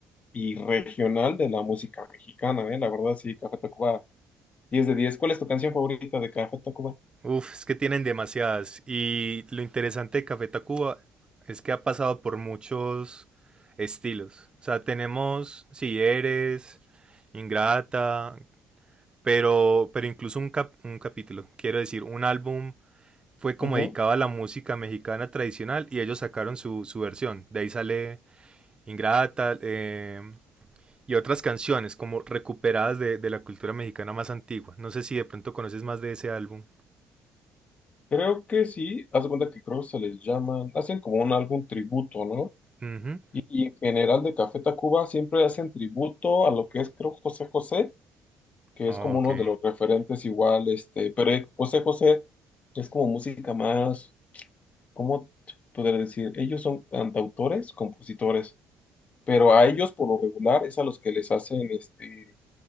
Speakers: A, on the left (about 40°); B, on the right (about 25°).
A: y regional de la música mexicana, ¿eh? La verdad, sí, Café Tacuba, Diez de diez, ¿Cuál es tu canción favorita de Café Tacuba?
B: Uf, es que tienen demasiadas. Y lo interesante de Café Tacuba es que ha pasado por muchos estilos. O sea, tenemos Si eres, Ingrata, pero, pero incluso un, cap- un capítulo, quiero decir, un álbum fue como
A: Ujú.
B: dedicado a la música mexicana tradicional y ellos sacaron su, su versión. De ahí sale Ingrata eh, y otras canciones como recuperadas de, de la cultura mexicana más antigua. No sé si de pronto conoces más de ese álbum.
A: Creo que sí, haz de cuenta que creo que se les llaman, hacen como un álbum tributo, ¿no?
B: Ujú.
A: Y, y en general de Café Tacuba siempre hacen tributo a lo que es, creo, José José, que
B: Ok.
A: es como uno de los referentes igual, este, pero eh, José José es como música más, ¿cómo te podría decir? Ellos son cantautores, compositores, pero a ellos por lo regular es a los que les hacen, este